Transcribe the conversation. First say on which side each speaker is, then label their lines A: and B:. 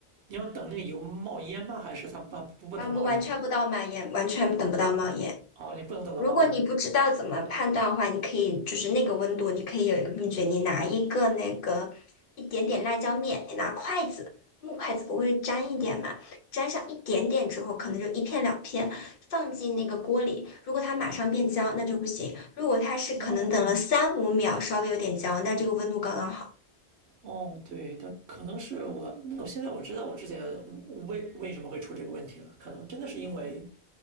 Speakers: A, on the right (about 75°); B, on the left (about 60°).
A: 你要等那个油冒烟吗？还是它不不不能冒烟？
B: 啊，我完全不到满眼，完全等不到冒烟。
A: 啊，你不能等到冒烟。
B: 如果你不知道怎么判断的话，你可以就是那个温度，你可以有一个秘诀，你拿一个那个一点点辣椒面，你拿筷子，木筷子不会沾一点嘛，沾上一点点之后，可能就一片两片，放进那个锅里。如果它马上变焦，那就不行；如果它是可能等了三五秒，
A: 哦
B: 稍微有点焦，那这个温度刚刚好。
A: 哦，对的，可能是我，那我现在我知道我之前为为什么会出这个问题了，可能真的是因为